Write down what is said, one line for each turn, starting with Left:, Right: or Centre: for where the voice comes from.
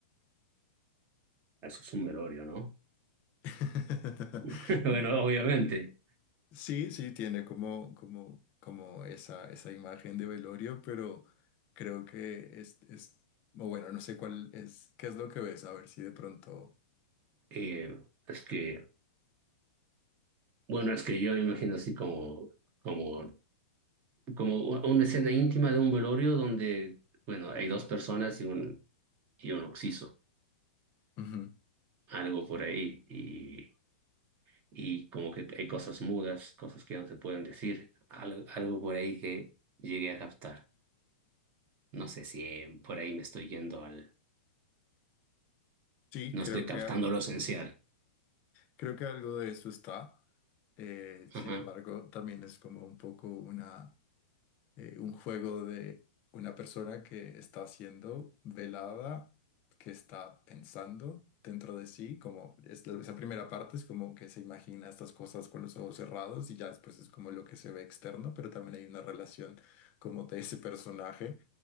Right: Eso es un velorio, ¿no?
Left: <laughs>
Right: <laughs> Bueno, obviamente.
Left: Sí, sí, tiene como, como, como esa, esa imagen de velorio, pero creo que es, es, o bueno, no sé cuál es, qué es lo que ves, a ver si de pronto.
Right: Eh, es que Bueno, es que yo me imagino así como, como, como u- una escena íntima de un velorio donde, bueno, hay dos personas y un, y un occiso,
Left: Ujú.
Right: algo por ahí, y, y como que hay cosas mudas, cosas que no se pueden decir, al- algo, por ahí que llegué a captar. No sé si eh, por ahí me estoy yendo al,
Left: Sí,
Right: no
Left: creo
Right: estoy
Left: que,
Right: captando lo esencial.
Left: creo que algo de eso está. Eh, sin
Right: Ajá.
Left: embargo, también es como un poco una. eh, un juego de una persona que está siendo velada, que está pensando dentro de sí, como es la- esa primera parte es como que se imagina estas cosas con los ojos cerrados y ya después es como lo que se ve externo, pero también hay una relación como de ese personaje,